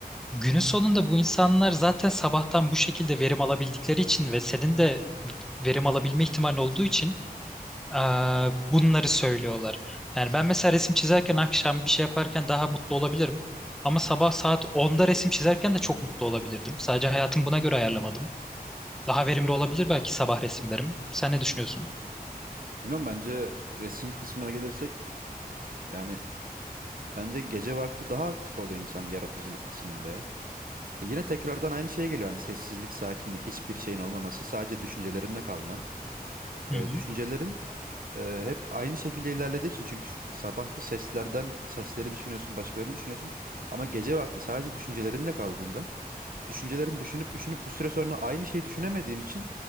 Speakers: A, in the centre; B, on the right.
A: Günün sonunda bu insanlar zaten sabahtan bu şekilde verim alabildikleri için ve senin de verim alabilme ihtimalin olduğu için eee, bunları söylüyorlar. Yani ben mesela resim çizerken akşam bir şey yaparken daha mutlu olabilirim. Ama sabah saat onda resim çizerken de çok mutlu olabilirdim. Sadece hayatımı buna göre ayarlamadım. Daha verimli olabilir belki sabah resimlerim. Sen ne düşünüyorsun?
B: Bilmiyorum bence resim kısmına gelirsek yani bence gece vakti daha aktif oluyor insan yaratıcılık kısmında ya. E yine tekrardan aynı şeye geliyor hani sessizlik, sakinlik, hiçbir şeyin olmaması, sadece düşüncelerinde kalman.
A: Hı
B: E,
A: hı,
B: düşüncelerin e, hep aynı şekilde ilerlediği için çünkü s- sabahki seslerden sesleri düşünüyorsun, başkalarını düşünüyorsun ama gece vakti sadece düşüncelerinle kaldığında düşüncelerini düşünüp düşünüp bir süre sonra aynı şeyi düşünemediğin için